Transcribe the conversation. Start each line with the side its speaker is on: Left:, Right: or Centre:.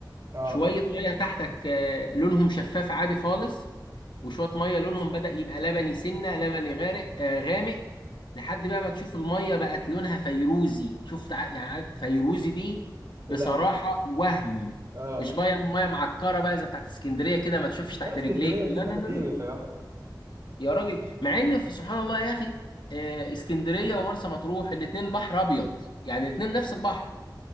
Right: اه
Left: شويه ميه تحتك آه، لونهم شفاف عادي خالص وشويه ميه لونهم بدأ يبقى لبني سنه لبني غارق آه، غامق لحد بقى ما تشوف الميه بقت لونها فيروزي شفت ع- يعني عارف فيروزي دي
Right: يا
Left: بصراحه
Right: لهوي
Left: وهم
Right: اه
Left: مش ميه ميه معكره بقى زي بتاعت اسكندريه كده ما تشوفش
Right: لا
Left: تحت
Right: اسكندريه
Left: رجليك
Right: دي
Left: لا
Right: حاجه
Left: لا لا
Right: تقرف
Left: لا لا.
Right: يا جدع
Left: يا راجل مع ان في سبحان الله يا اخي آه، اسكندريه ومرسى مطروح الاتنين بحر ابيض يعني الاتنين نفس البحر